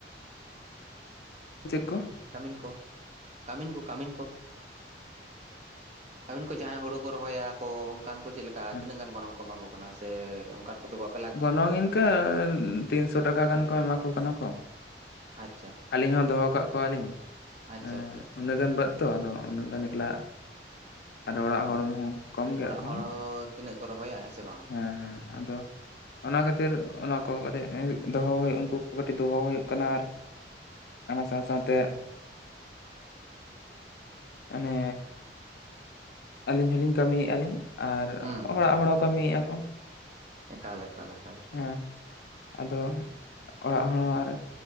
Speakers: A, on the left (about 60°); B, on the right (about 40°).
A: ᱪᱮᱫ ᱠᱚ?
B: ᱠᱟᱢᱤᱱ ᱠᱚ ᱠᱟᱢᱤᱱ ᱠᱚ ᱠᱟᱢᱤᱱ ᱠᱚ᱾ ᱠᱟᱹᱢᱤᱱ ᱠᱚ ᱡᱟᱦᱟᱸᱭ ᱦᱩᱲᱩ ᱠᱚ ᱨᱚᱦᱚᱭᱟ ᱠᱚ ᱚᱱᱠᱟᱱ ᱠᱚ ᱪᱮᱫ ᱞᱮᱠᱟ
A: ᱦᱮᱸ
B: ᱛᱤᱱᱟᱹᱜ ᱜᱟᱱ ᱜᱚᱱᱚᱝ ᱠᱚ ᱮᱢᱟ ᱠᱚ ᱠᱟᱱᱟ ᱥᱮ ᱚᱱᱠᱟᱱ ᱠᱚᱫᱚ ᱵᱟᱯ
A: ᱜᱚᱱᱚᱝ ᱤᱱᱠᱟᱹ ᱛᱤᱱᱥᱚ ᱴᱟᱠᱟ ᱜᱟᱱ ᱠᱚ ᱮᱢᱟ ᱠᱚ ᱠᱟᱱᱟ ᱠᱚ᱾
B: ᱟᱪᱪᱷᱟ
A: ᱟᱹᱞᱤᱧ ᱦᱚᱸ ᱫᱚᱦᱚ ᱠᱟᱜ ᱠᱚᱣᱟᱞᱤᱧ,
B: ᱟᱪᱪᱷᱟ
A: ᱮᱸ
B: ᱟᱪᱪᱷᱟ ᱟᱪᱪᱷᱟ
A: ᱩᱱᱟᱹᱜ ᱜᱟᱱ ᱵᱟᱹᱫᱽ ᱛᱚ ᱟᱫᱚ ᱩᱱᱟᱹᱜ ᱜᱟᱱ ᱮᱠᱞᱟ ᱟᱫᱚ ᱚᱲᱟᱜ
B: ᱦᱳᱭ
A: ᱦᱚᱲ ᱦᱚᱸ ᱠᱚᱢ ᱜᱮᱭᱟ
B: ᱚᱲᱟᱜ
A: ᱠᱚ᱾
B: ᱦᱚᱲ ᱦᱚᱸ ᱛᱤᱱᱟᱹᱜ ᱠᱚ ᱨᱚᱦᱚᱭᱟ ᱦᱮᱸ ᱥᱮ ᱵᱟᱝ᱾
A: ᱦᱮᱸ ᱦᱮᱸ ᱟᱫᱚ, ᱚᱱᱟ ᱠᱷᱟᱹᱛᱤᱨ ᱚᱱᱟ ᱠᱚ ᱠᱟᱹᱴᱤᱜ ᱫᱚᱦᱚ ᱦᱩᱭ ᱩᱱᱠᱩ ᱠᱚ ᱠᱟᱹᱴᱤᱜ ᱫᱚᱦᱚ ᱦᱩᱭᱩᱜ ᱠᱟᱱᱟ ᱟᱨ ᱚᱱᱟ ᱥᱟᱶᱼᱥᱟᱶᱛᱮ ᱢᱟᱱᱮ ᱟᱹᱞᱤᱧ ᱦᱚᱸᱞᱤᱧ ᱠᱟᱹᱢᱤᱭᱮᱜᱼᱟ ᱞᱤᱧ ᱟᱨ
B: ᱦᱩᱸ
A: ᱚᱲᱟᱜ
B: ᱦᱩᱸ
A: ᱦᱚᱲ ᱦᱚᱸ ᱠᱟᱹᱢᱤᱭᱮᱜᱼᱟ ᱠᱚ᱾
B: ᱮᱠᱟᱞ ᱮᱠᱟᱞ ᱮᱠᱟᱞ ᱮᱠᱟᱞ᱾
A: ᱦᱮᱸ ᱟᱫᱚ ᱚᱲᱟᱜ ᱦᱚᱲ ᱦᱚᱸ ᱟᱨ